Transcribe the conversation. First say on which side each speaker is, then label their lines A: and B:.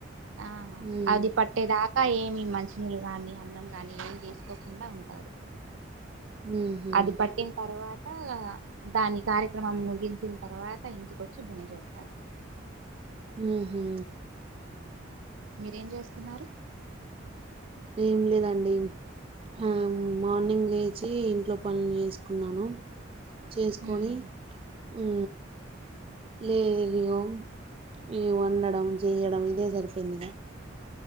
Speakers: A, on the right; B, on the right.
A: ఆహా
B: ఉమ్
A: అది పట్టే దాకా ఇంకా ఏమి మంచినీళ్ళు కానీ అన్నం గాని ఏమి తీసుకోకుండా ఉంటారు
B: ఉహు
A: అది పట్టిన తర్వాత దాని కార్యక్రమం ముగించిన తర్వాత ఇంటిక వచ్చి భోంచేస్తారు
B: ఉహూ
A: మీరు ఏమ్ చేస్తున్నారు
B: ఏమి లేదండి ఆ మార్నింగ్ లేచి ఇంట్లో పనులు చేసుకున్నాను చేసుకొని
A: ఉమ్,
B: ఊ లేయో ఇగ వండడం చేయడం ఇదే సరిపోయింది ఇగ